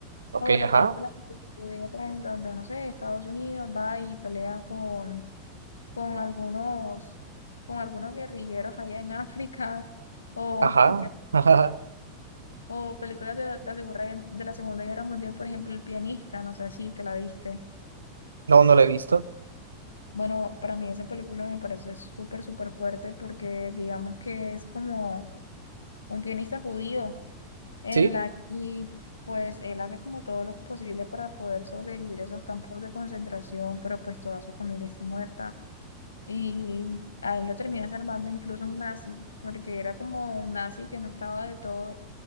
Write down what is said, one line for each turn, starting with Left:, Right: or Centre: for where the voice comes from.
Right: Ok,
Left: o las
Right: ajá,
Left: películas de de guerra en donde, no sé, Estados Unidos va y pelea con, con algunos, con algunos guerrilleros allá en África o,
Right: ajá,
Left: <laughs> que-
Right: <laughs> ajá.
Left: o películas de la, de la Segura- de la Segunda Guerra Mundial, por ejemplo, El Pianista, no sé si te la viste.
Right: No, no lo he visto.
Left: Bueno, para mí esa película me parece súper, súper fuerte porque digamos que es como un pianista judío, en
Right: Sí,
Left: la y pues él hace como todo lo posible para poder sobrevivir a esos campos de concentración, pero pues toda su familia está muerta y a él lo termina salvando incluso un nazi, porque era como un nazi que no estaba de todo,